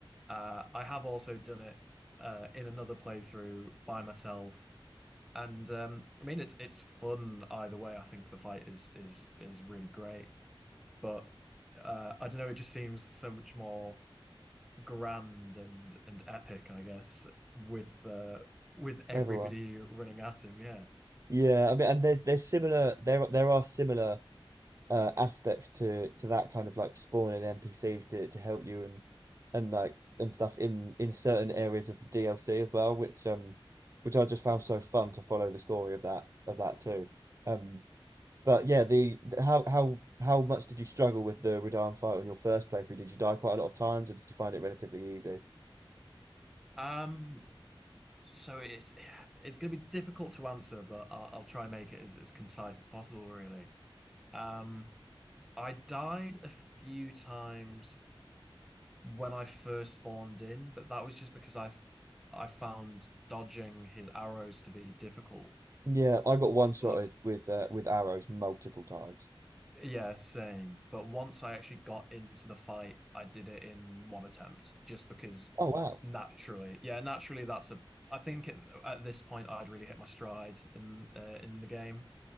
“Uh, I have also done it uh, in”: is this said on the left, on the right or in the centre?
Centre